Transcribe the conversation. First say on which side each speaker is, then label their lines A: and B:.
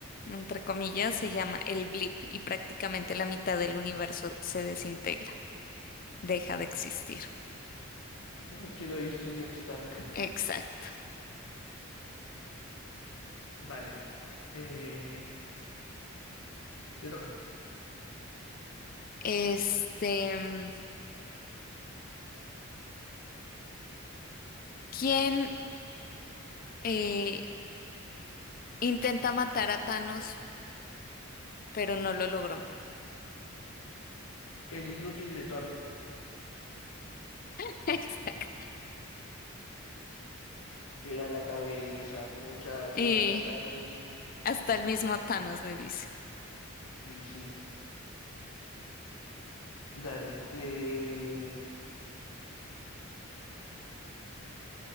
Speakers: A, on the left; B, on the left.
A: entre comillas, se llama el blip y prácticamente la mitad del universo se desintegra, deja de existir.
B: No me quiero ir, señor Stark.
A: Exacto.
B: Vale. Eh, te toca.
A: Este, mm, ¿quién eh, intenta matar a Thanos, pero no lo logró?
B: El inútil de Thor.
A: <laughs> Exacto.
B: Era la cabeza, muchacho,
A: Y
B: era la cabeza.
A: hasta el mismo Thanos le dice.
B: Y sí. Dale. eh,